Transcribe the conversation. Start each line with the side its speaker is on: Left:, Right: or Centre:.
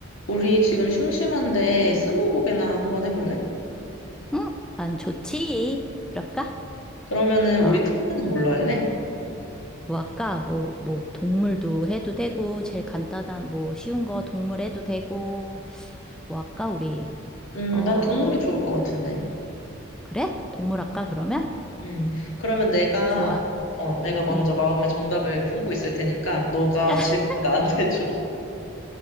Left: 우리 지금 심심한데 스무고개나 한번 해볼래?
Centre: 응? 난 좋지. 그럴까?
Left: 그러면은
Centre: 아,
Left: 우리 테마는 뭘로 할래?
Centre: 뭐 할까? 뭐, 뭐, 동물도 해도 되고, 제일 간단한, 뭐, 쉬운 거 동물 해도 되고, 뭐 할까, 우리?
Left: 음,
Centre: 어,
Left: 난 동물이 좋을 것 같은데.
Centre: 그래? 동물 할까, 그러면?
Left: 음, 그러면 내가
Centre: 좋아.
Left: 어, 내가 먼저
Centre: 응.
Left: 마음의 정답을 품고 있을 테니까 너가
Centre: <laughs>
Left: 질문 나한테 줘. <laughs>